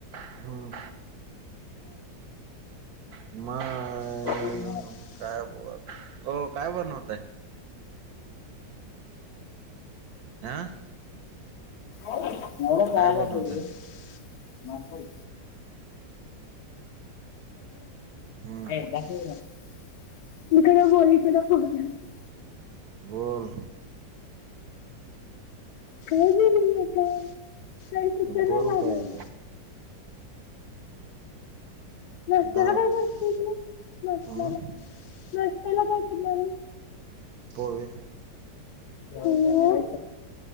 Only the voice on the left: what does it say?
ह
एवढं खायला
खाऊ दे नाष्टा
ए बस इकडं कडे होळी <unintelligible>
काय बोलू मी आता काय सुचना
झालंय
नाशत्याला
काय करतोस मग नाशत्याला
नाशत्याला काय करणार आहेस?
<unintelligible> बर